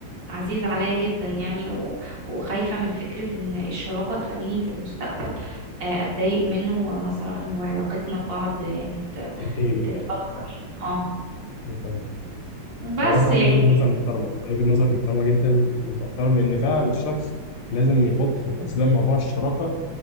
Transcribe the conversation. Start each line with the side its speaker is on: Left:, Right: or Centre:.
Right: عزيز عليا جدا يعني و- وخايفة من فكرة ان الشراكة تخليني في المستقبل آه، اتضايق منه مثلا وعلاقتنا ببعض يعني ت-
Left: انتهي بالكلام
Right: تتأثر
Left: اه فاهم
Right: اه
Left: انا فاهم
Right: بس
Left: هو مثلا عندك
Right: يعني
Left: وجهه نظر محترمه عندك وجهه نظر محترمه جدا وتحترم لان فعلا الشخص لازم يحط في الحسبان موضوع الشراكه